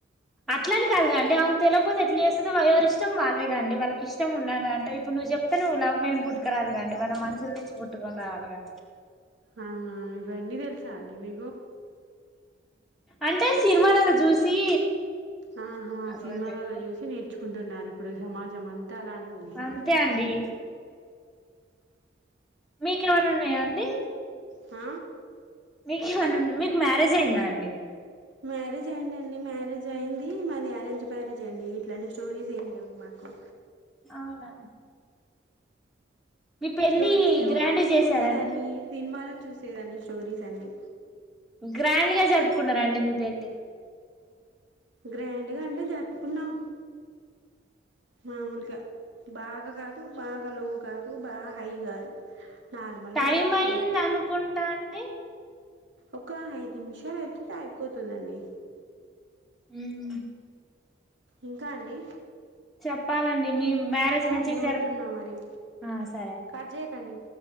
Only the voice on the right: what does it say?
ఆ ఇవన్నీ తెలుసా అండి మీ
ఆహా
సినిమాలలో చూసి నేర్చుకుంటున్నారు ఇప్పుడు సమాజం అంతా అలానే ఉంది.
ఆ
మ్యారేజ్ అయింది అండి మ్యారేజ్ అయింది మాది అరేంజ్ మ్యారేజే అండి ఇట్లాంటి స్టోరీస్ ఏమి లేవు మాకు.
స్టోరీస్ లేవుగాని
చూసేదాన్ని సినిమాలకు చూసేదాన్ని స్టోరీస్ అన్నీ
గ్రాండ్గా అంటే జరుపుకున్నాం. మామూలుగా బాగా కాదు బాగా లో కాదు టూ బా హై కాదు నార్మల్గా
జరుపుకున్నాం
ఒక ఐదు నిమిషాలు అయితుది అయిపోతుందండి.
ఇంకా అండి
సరే
అండి
ఉంటున్నా మరి
కట్ చేయకండి